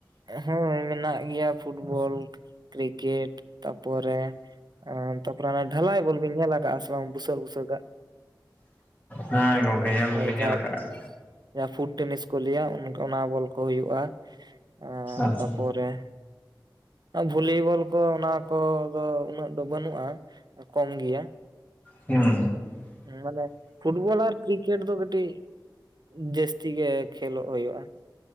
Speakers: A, on the right; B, on the left.
A: ᱦᱮᱸ, ᱢᱮᱱᱟᱜ ᱜᱮᱭᱟ ᱯᱷᱩᱴᱵᱚᱞ, ᱠᱨᱤᱠᱮᱴ ᱛᱟᱯᱚᱨᱮ ᱚᱸ ᱛᱟᱨᱯᱚᱨᱮ ᱚᱱᱟ ᱰᱷᱟᱞᱟᱭ ᱵᱚᱞᱵᱤᱱ ᱧᱮᱞ ᱟᱠᱟᱜᱼᱟ ᱥᱮ ᱵᱟᱝ ᱵᱩᱥᱟᱹᱜ ᱵᱩᱥᱟᱹᱜᱟᱜ?
B: ᱦᱮᱸ ᱜᱚᱝᱠᱮ ᱧᱮᱞ
A: ᱦᱳᱭ
B: ᱫᱚᱞᱤᱧ ᱧᱮᱞ
A: ᱡᱟᱦᱟᱸ
B: ᱟᱠᱟᱜᱼᱟ ᱾
A: ᱡᱟᱦᱟᱸ ᱯᱷᱩᱴ ᱴᱮᱱᱤᱥ ᱠᱚ ᱞᱟᱹᱭᱟ ᱚᱱ-ᱚᱱᱟ ᱵᱚᱞ ᱠᱚ ᱦᱩᱭᱩᱜᱼᱟ, ᱚᱸᱻ
B: ᱟᱪᱪᱷᱟ
A: ᱛᱟᱯᱚᱨᱮ ᱵᱷᱚᱞᱤᱵᱚᱞ ᱠᱚ ᱚᱱᱟ ᱠᱚ ᱫᱚ ᱩᱱᱟᱹᱜ ᱫᱚ ᱵᱟᱹᱱᱩᱜᱼᱟ ᱾ ᱠᱚᱢ ᱜᱮᱭᱟ ᱾
B: ᱦᱩᱸ
A: ᱢᱟᱱᱮ ᱯᱷᱩᱴᱵᱚᱞ ᱟᱨ ᱠᱨᱤᱠᱮᱴ ᱫᱚ ᱠᱟᱹᱴᱤᱡ ᱡᱟᱹᱥᱛᱤ ᱜᱮ ᱠᱷᱮᱞᱚᱜ ᱦᱳᱭᱳᱜᱼᱟ ᱾